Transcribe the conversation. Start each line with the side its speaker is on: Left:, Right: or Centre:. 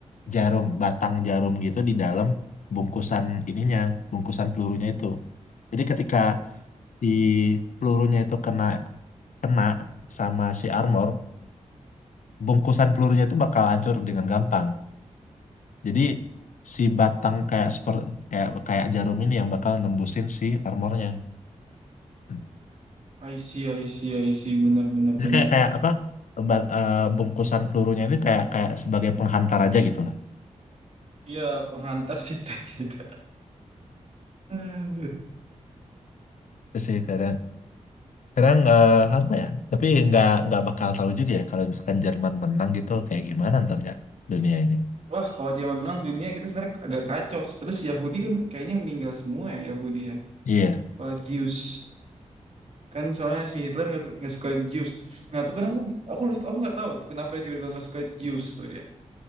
Left: jarum batang jarum gitu di dalam bungkusan ininya bungkusan pelurunya itu. Jadi ketika di pelurunya itu kena kena sama si armor bungkusan pelurunya itu bakal hancur dengan gampang. Jadi si batang kayak seper kayak kayak jarum ini yang bakal nembusin si armornya. Hmm.
Right: I see, I see, I see. Benar, benar,
Left: Jadi
Right: benar.
Left: kayak kayak apa? ba- eh, bungkusan pelurunya ini kayak kayak sebagai penghantar aja gitu lah.
Right: Iya, penghantar sih <laughs> tank gitu. Hmm.
Left: Terus sih kadang kadang eh, apa ya? Tapi nggak nggak bakal tahu juga ya kalau misalkan Jerman menang gitu kayak gimana ntar ya dunia ini.
Right: Wah, kalau zaman menang dunia kita sebenarnya agak kacau. Terus Yahudi kan kayaknya meninggal semua ya Yahudi ya.
Left: Iya.
Right: Apa Zeus. kan soalnya si Hitler nggak nggak suka Jews nah tuh kadang aku aku lupa aku nggak tahu tuh kenapa dia tiba-tiba nggak suka Jews tuh dia